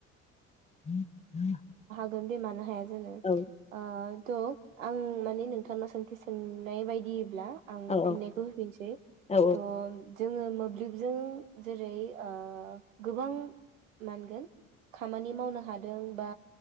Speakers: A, on the left; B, on the right.
A: <inaudible>
B: गोनन्दै मानो हाया जानो
A: औ
B: अ त' आं माने नोंथांनाव सोंथि सोंनाय बायदिब्ला आं
A: औ
B: फिननायखौ होफिनसै
A: औ
B: थ' जोङो मोब्लिबजों जेरै ओ गोबां मानगोन खामानि मावनो हादों बा